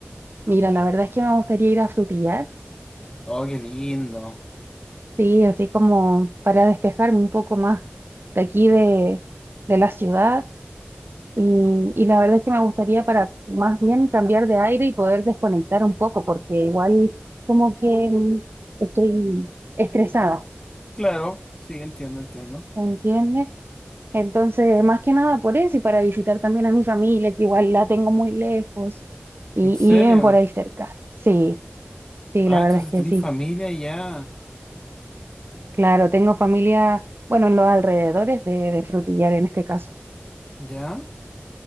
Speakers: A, on the right; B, on the left.
A: Mira, la verdad es que me gustaría ir a Frutillar,
B: Oh, qué lindo.
A: sí, así como para despejarme un poco más de aquí de, de la ciudad. Y, y la verdad es que me gustaría para más bien cambiar de aire y poder desconectar un poco, porque igual como que mm, estoy estresada,
B: Claro, sí, entiendo, entiendo.
A: ¿se entiende? Entonces, más que nada por eso y para visitar también a mi familia, que igual la tengo muy lejos y,
B: ¿En serio?
A: y viven por ahí cerca. Sí, sí,
B: Ah,
A: la
B: entonces
A: verdad es que
B: tenéis
A: sí.
B: familia ya.
A: Claro, tengo familia, bueno, en los alrededores de, de Frutillar en este caso.
B: ¿Ya?